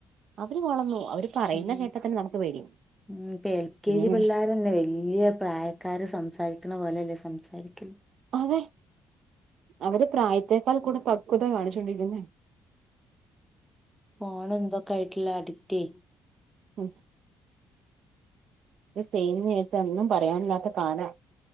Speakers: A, on the right (about 70°); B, in the centre.
A: അവര് വളർന്നു അവര് പറയുന്
B: ഉം
A: കേട്ടാൽ തന്നെ നമുക്ക് പേടിയാവും
B: ഉം ഇപ്പേ എൽ കെ
A: പിന്നെ
B: ജി
A: ഇങ്ങനെ
B: പിള്ളേർന്നെ വലിയ പ്രായക്കാര് സംസാരിക്കു <inaudible> പോലെല്ലേ സംസാരിക്കല്ല
A: അതെ അവര് പ്രായത്തേക്കാൾ കൂടെ പങ്ക പക്വത കാണിച്ചണ്ടിരിക്കുന്നെ
B: ഫോൺ എന്തൊക്കെ ആയിട്ടില്ല അഡിക്റ്റ്
A: ഉം ടീനേജ് ഒന്നും പറയാനില്ലാത്ത കാലാ